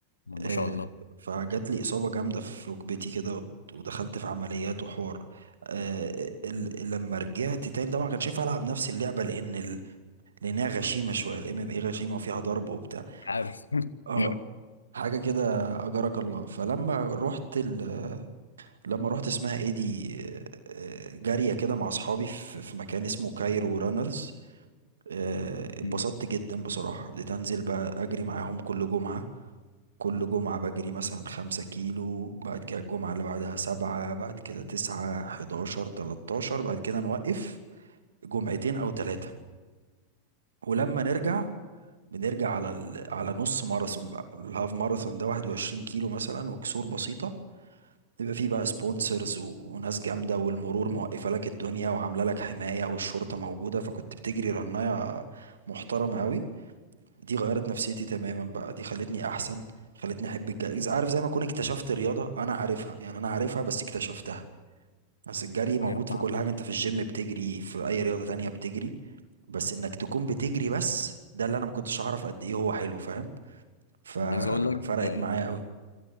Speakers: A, on the left; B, on the right.
A: ما
B: آه،
A: شاء الله
B: فجات لي اصابه جامده في ركبتي كده وت- ودخلت في عمليات وحوار آه، ال- لما رجعت تاني طبعا ما كانش ينفع العب نفس اللعبه لان ال- لانها غشيمه شويه الام ام اي غشيمه وفيها ضرب وبتاع
A: عارف <laughs>
B: اه حاجة كده أجرك الله فلما رحت ال... لما رحت اسمها ايه دي آه، جارية كده مع أصحابي في في مكان اسمه كايرو رانرز آه، اتبسطت
A: أمم.
B: جدا بصراحة بديت أنزل بقى أجري معاهم كل جمعة كل جمعة بجري مثلا خمسة كيلو بعد كده الجمعة اللي بعدها سبعة بعد كده تسعة حداشر تلاتاشر بعد كده نوقف جمعتين أو تلاتة ولما نرجع بنرجع على ال... على نص ماراثون بقى الهاف ماراثون ده واحد وعشرين كيلو مثلا وكسور بسيطة يبقى فيه بقى سبونسرز وناس جامدة والمرور موقفة لك الدنيا وعاملة لك حماية والشرطة موجودة فكنت بتجري رناية محترمة أوي دي غيرت نفسيتي تماما بقى دي خلتني أحسن خلتني أحب الجري إذا عارف زي ما أكون اكتشفت رياضة أنا عارفها يعني أنا عارفها بس اكتشفتها بس الجري موجود
A: ايوه
B: في
A: فعلا
B: كل حاجة أنت في الجيم بتجري في أي رياضة تانية بتجري بس إنك تكون بتجري بس ده اللي أنا ما كنتش أعرف قد إيه هو حلو فاهم ففرقت
A: انا عايز اقول لك
B: معايا أوي